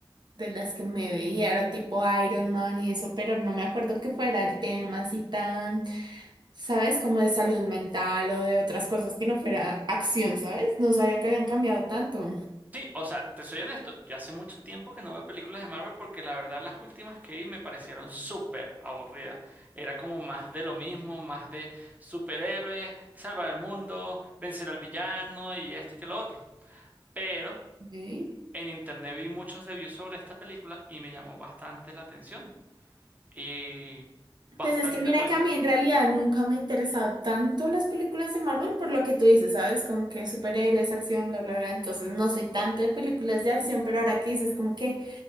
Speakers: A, on the right; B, on the right.
A: de las que me veía era tipo Iron Man y eso, pero no me acuerdo que fuera el tema así tan, ¿sabes? Como de salud mental o de otras cosas que no fuera acción, ¿sabes? No sabía que habían cambiado tanto.
B: Sí, o sea, te soy honesto, yo hace mucho tiempo que no veo películas de Marvel porque la verdad las últimas que vi me parecieron súper aburridas. Era como más de lo mismo, más de superhéroes, salvar el mundo, vencer al villano y esto y que lo otro. Pero
A: Ok.
B: en internet vi muchos reviews sobre esta película y me llamó bastante la atención. Y bastante
A: Pues es que mira
B: buena.
A: que a mí en realidad nunca me ha interesado tanto las películas de Marvel por lo que tú dices, ¿sabes? Como que superhéroes, acción, bla, bla, bla. Entonces no soy tanto de películas de acción, pero ahora que dices como que